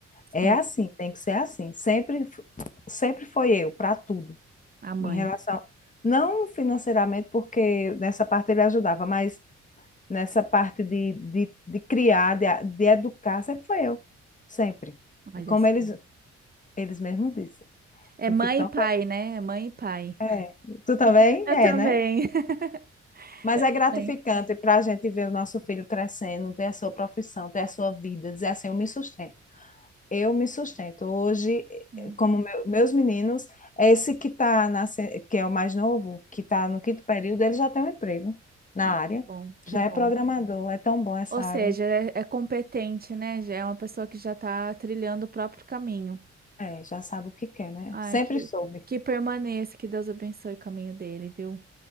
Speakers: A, on the left; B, on the right.
A: é
B: Sim.
A: assim, tem que ser assim. Sempre, f- sempre foi eu para tudo,
B: A mãe,
A: em relação, não financeiramente, porque nessa parte ele ajudava, mas nessa parte de, de, de criar, de, a- de educar, sempre foi eu, sempre.
B: olha
A: Como
B: só.
A: eles, eles mesmos dizem.
B: É
A: Eu
B: mãe
A: fico tão
B: e pai, né? É mãe e pai.
A: É, tu também
B: Eu
A: é,
B: também.
A: né?
B: <laughs>
A: Mas
B: Também.
A: é gratificante para a gente ver o nosso filho crescendo, ter a sua profissão, ter a sua vida, dizer assim, eu me sustento. Eu me sustento. Hoje,
B: Sim.
A: como meu- meus meninos, esse que tá nasce- que é o mais novo, que está no quinto período, ele já tem um emprego na
B: Ai,
A: área,
B: que bom, que
A: já
B: bom.
A: é programador, é tão bom essa
B: Ou
A: área.
B: seja, é, é competente, né? Já É uma pessoa que já está trilhando o próprio caminho.
A: É, já sabe o que quer, né?
B: Ai,
A: Sempre
B: que,
A: soube.
B: que permaneça, que Deus abençoe o caminho dele, viu?